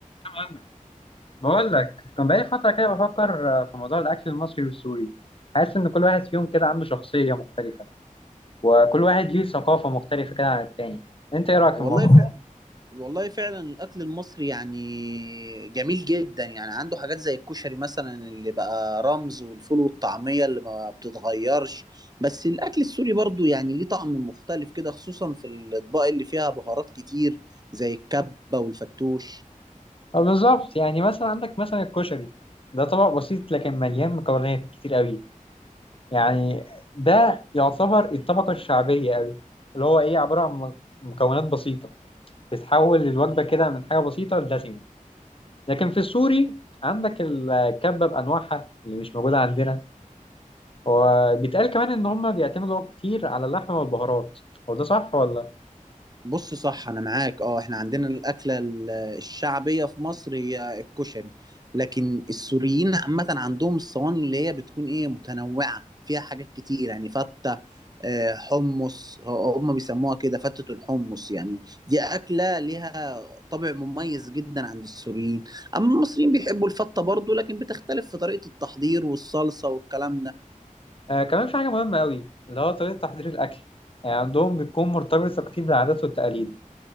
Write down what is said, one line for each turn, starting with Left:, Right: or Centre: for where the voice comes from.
Left: فاهمك. بقول لك كان بقالي فترة كده بفكر آه، في موضوع الأكل المصري والسوري حاسس إن كل واحد فيهم كده عنده شخصية مختلفة وكل واحد ليه ثقافة مختلفة كده عن التاني أنت إيه رأيك في
Right: والله
Left: الموضوع؟
Right: ف... والله فعلا الاكل المصري يعني جميل جدا يعني عنده حاجات زي الكشري مثلا اللي بقى رمز والفول والطعميه اللي ما بتتغيرش بس الاكل السوري برضو يعني ليه طعم مختلف كده خصوصا في الاطباق اللي فيها بهارات كتير زي الكبه والفتوش
Left: آه، بالظبط يعني مثلا عندك مثلا الكشري ده طبق بسيط لكن مليان مكونات كتير قوي يعني ده يعتبر الطبقة الشعبية قوي اللي هو إيه عبارة عن م- مكونات بسيطة بتتحول الوجبة كده من حاجة بسيطة لدسمة لكن في السوري عندك الكبة بأنواعها اللي مش موجودة عندنا وبيتقال كمان ان هم بيعتمدوا كتير على اللحمه والبهارات هو ده صح ولا
Right: بص صح انا معاك اه احنا عندنا الاكله ال- الشعبيه في مصر هي الكشري لكن السوريين عامه عندهم الصواني اللي هي بتكون ايه متنوعه فيها حاجات كتير يعني فته آه، حمص هو- هم بيسموها كده فتة الحمص يعني دي أكلة ليها طابع مميز جدا عند السوريين أما المصريين بيحبوا الفتة برضو لكن بتختلف في طريقة التحضير والصلصة والكلام ده
Left: آه كمان في حاجه مهمه قوي اللي هو طريقه تحضير الاكل يعني عندهم بتكون مرتبطه كتير بالعادات والتقاليد